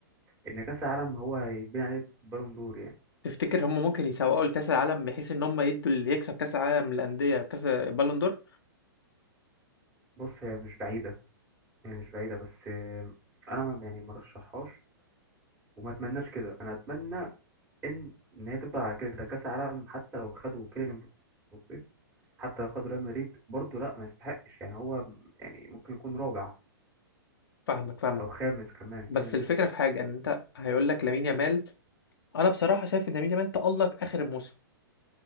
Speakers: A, on the right; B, on the left.
A: ان كاس العالم هو هيتبني عليه بالون دور يعني
B: تفتكر هم ممكن يسوقوا لكاس العالم بحيث ان هم يدوا اللي يكسب كاس العالم للانديه كاس بالون دور
A: بص هي مش بعيده هي مش بعيده بس آه، انا ما يعني ما رشحهاش وما اتمناش كده انا اتمنى ان ان هي تفضل على كده كاس العالم حتى لو خدوا كيليان مبابي حتى لو خدوا ريال مدريد برضو لا ما يستحقش يعني هو يعني ممكن يكون رابع
B: فاهمك فاهمك
A: او خامس كمان
B: بس
A: كيليان
B: الفكره
A: مبابي
B: في حاجه ان انت هيقول لك لامين يامال انا بصراحه شايف ان لامين يامال تالق اخر الموسم